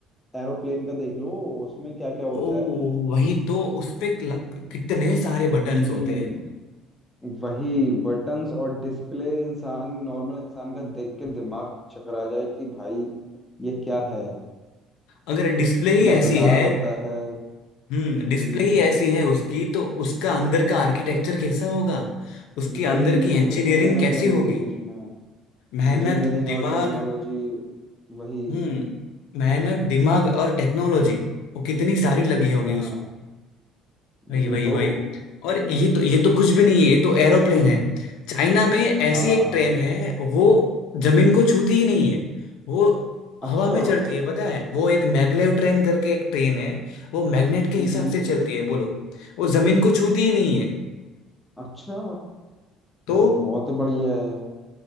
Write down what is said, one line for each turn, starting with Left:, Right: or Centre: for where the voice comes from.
Centre: एरोप्लेन का देख लो उसमें क्या क्या होता
Left: ओ
Centre: है
Left: वही तो उसपे कितने सारे बटन्स
Centre: हम्म
Left: होते हैं
Centre: वही बटन्स और डिस्प्ले इंसान नॉर्मल इंसान का देख के दिमाग चकरा जाए कि भाई ये क्या है
Left: अगर डिस्प्ले
Centre: उसमें
Left: ही
Centre: रडार
Left: ऐसी है
Centre: होता है
Left: हम्म
Centre: हम्म
Left: डिस्प्ले ही ऐसी है उसकी तो उसका अंदर का आर्किटेक्चर कैसा होगा उसके
Centre: वही
Left: अंदर की
Centre: इसको
Left: इंजीनियरिंग
Centre: कितनी मेहनत
Left: कैसी
Centre: लगी
Left: होगी
Centre: होगी उसमें
Left: मेहनत
Centre: इंजीनियरिंग और
Left: दिमाग
Centre: टेक्नोलॉजी वही
Left: हम्म मेहनत दिमाग और टेक्नोलॉजी वो कितनी सारी लगी होगी
Centre: हाँ
Left: वही
Centre: वही
Left: वही
Centre: तो
Left: वही और ये तो ये तो कुछ भी नहीं है ये तो एरोप्लेन है चाइना में ऐसी
Centre: हाँ
Left: एक ट्रेन है वो जमीन को छूती ही नहीं है वो
Centre: अच्छा
Left: हवा में चढ़ती है पता है वो एक मैगलेव ट्रेन करके एक ट्रेन है वो मैग्नेट के हिसाब
Centre: हम्म
Left: से चलती है बोलो वो जमीन को छूती ही नहीं है
Centre: अच्छा
Left: तो
Centre: ये तो बहुत बढ़िया है